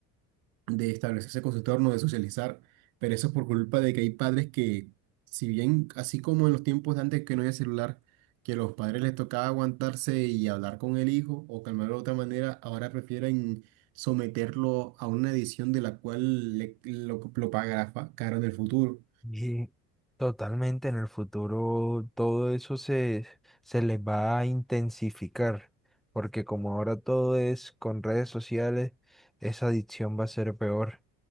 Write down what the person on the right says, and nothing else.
de establecerse con su entorno, de socializar, pero eso es por culpa de que hay padres que, si bien, así como en los tiempos de antes que no había celular, que los padres les tocaba aguantarse y hablar con el hijo o calmarlo de otra manera, ahora prefieren someterlo a una edición de la cual le- lo, lo pagará fa- caro en el futuro.